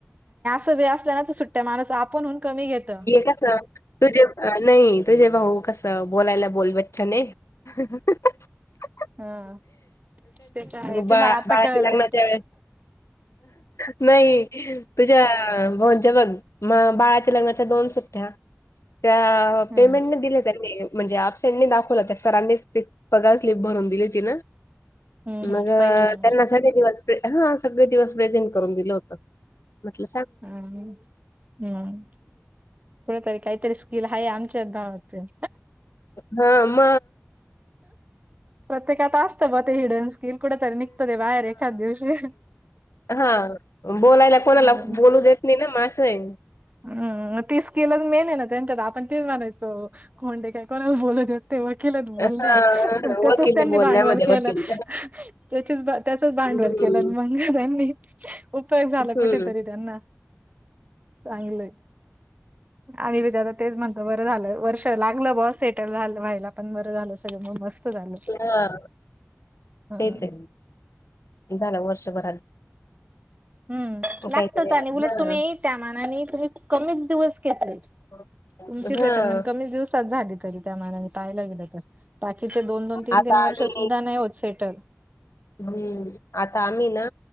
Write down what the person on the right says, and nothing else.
तुम्ही असल्याना तर सुट्ट्या माणूस आपणहून कमी घेत.
हम्म, तेच्या हाय
ते मला आता
कळाल.
हं
हं हं
पहिली हं
हम हम्म पुढ तरी काहीतरी स्किल आहे. हाये आमच्याच भावाचय.
प्रत्येकात असत बा ते हिडन स्किल कुठेतरी निघत ते बाहेर एखाद दिवशी.
हम्म
हम्म, मग ती स्किलच मेन आहे, ना त्यांच्यात आपण तेच म्हणायचो. कोंडे काय कोणाला बोलू देत नाही, ते वकिलय बोलण्यात
त्याचच
त्यांनी
भांडवल केल.
त्याचीच त्याचच भांडवल
केल, मग त्यांनी उपयोग झाला
कुठेतरी त्यांना. चांगलय आम्ही बी आता तेच म्हणतो, बर झाल वर्ष लागल बस सेटल झाल व्हायला पण बर झाल, सगळ मस्त. झालं
हम्म
हम्म
लागतच, आणि उलट
तुम्ही त्या मानानी तुम्ही कमीच दिवस घेतलेत.
तुमची सेटलमेंट कमीच दिवसात झाली तरी. त्या मानाने पाहिला गेल तर बाकीचे दोन दोन तीन
तीन वर्ष
सुद्धा नाही होत सेटल.